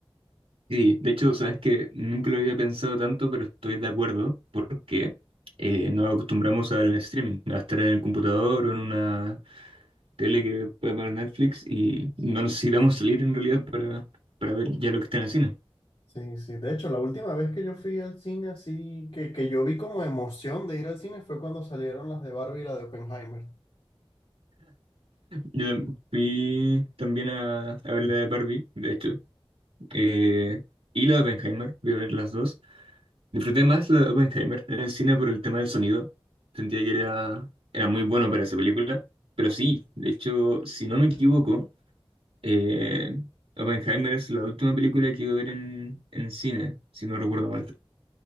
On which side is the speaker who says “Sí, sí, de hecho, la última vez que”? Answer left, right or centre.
Left